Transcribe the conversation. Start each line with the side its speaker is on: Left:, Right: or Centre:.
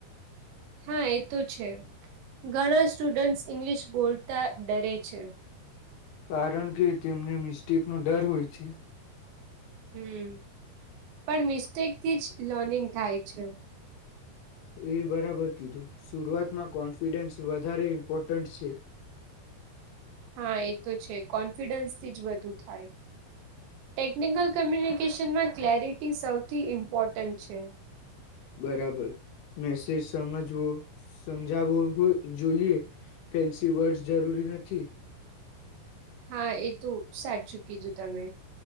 Right: હા એ તો છે ઘણા સ્ટુડન્ટ્સ ઈંગ્લિશ બોલતા ડરે છે.
Left: કારણ કે તેમને મિસ્ટેકનો ડર હોય છે.
Right: હમ્મ, પણ મિસ્ટેક થીજ લર્નિંગ થાય છે.
Left: એ બરાબર કીધું શરૂઆતમાં કોન્ફિડન્સ વધારે ઇમ્પોર્ટન્ટ છે.
Right: હા, એતો છે. કોન્ફિડન્સથી જ વધુ થાય. ટેકનિકલ કોમ્યુનિકેશનમાં ક્લેરિટી સૌથી ઇમ્પોર્ટન્ટ છે.
Left: બરાબર, મેસેજ સમજવો, સમજાવો જોઈએ ફેન્સી વર્ડ જરૂરી નથી.
Right: હા, એતો સાચું કીધું તમે.